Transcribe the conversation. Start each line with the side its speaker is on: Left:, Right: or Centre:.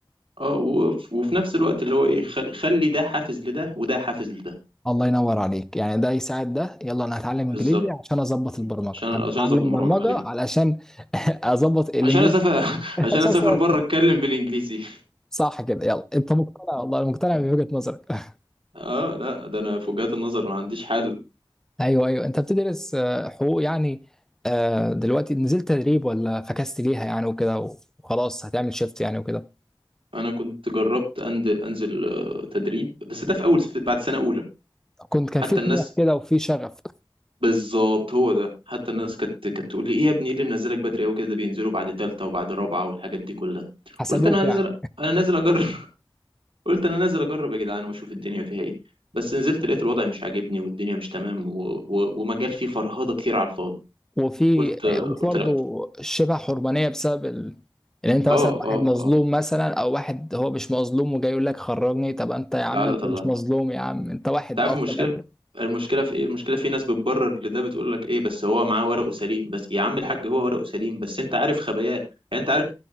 Right: اه وف... وفي نفس الوقت اللي هو ايه خل... خلي ده حافز لده وده حافز لده
Centre: الله ينور عليك يعني ده يساعد ده يلا انا هتعلم انجليزي
Right: بالظبط
Centre: عشان اظبط البرمجه
Right: عشان
Centre: انا
Right: عشان
Centre: هتعلم
Right: اظبط المراجعه
Centre: برمجه
Right: ايوه
Centre: علشان <laughs> اظبط الانجليزي
Right: عشان اسافر <laughs>
Centre: اساسا
Right: عشان اسافر بره اتكلم بالانجليزي
Centre: صح كده يلا انت مقتنع والله أنا مقتنع بوجهه نظرك <laughs>
Right: اه لا ده انا في وجهات النظر ما عنديش حل
Centre: ايوه ايوه انت بتدرس آه، حقوق يعني آه، دلوقتي نزلت تدريب ولا فكست ليها يعني وكده وخلاص هتعمل شيفت يعني وكده
Right: انا كنت جربت أند... انزل آه، تدريب بس ده في اول بعد سنه اولى
Centre: كنت كان
Right: حتى
Centre: في طموح
Right: الناس
Centre: كده وفي شغف
Right: بالظبط هو ده حتى الناس كانت كانت تقول لي ايه يا ابني ايه اللي منزلك بدري قوي كده ده بينزلوا بعد تالتة وبعد رابعة والحاجات دي كلها
Centre: حسدوك
Right: قلت انا
Centre: يعني
Right: نازل انا نازل اجرب <laughs> قلت انا نازل اجرب يا جدعان واشوف الدنيا فيها ايه بس نزلت لقيت الوضع مش عاجبني والدنيا مش تمام و... و... ومجال فيه فرهضة كتير على الفاضي
Centre: وفي
Right: قلت
Centre: وفي
Right: قلت
Centre: برضه
Right: لا
Centre: شبه حرمانيه بسبب ال... ان انت
Right: اه
Centre: مثلا واحد
Right: اه
Centre: مظلوم
Right: اه
Centre: مثلا او واحد هو مش مظلوم وجاي يقول لك خرجني طب انت يا عم
Right: تعالى
Centre: انت
Right: طلع
Centre: مش
Right: انت
Centre: مظلوم يا عم انت واحد
Right: عارف
Centre: اصلا
Right: المشكلة
Centre: <laughs> قادر.
Right: المشكلة في ايه المشكلة في ناس بتبرر لده بتقول لك ايه بس هو معاه ورقه سليم بس يا عم الحاج هو ورقه سليم بس انت عارف خباياه يعني انت عارف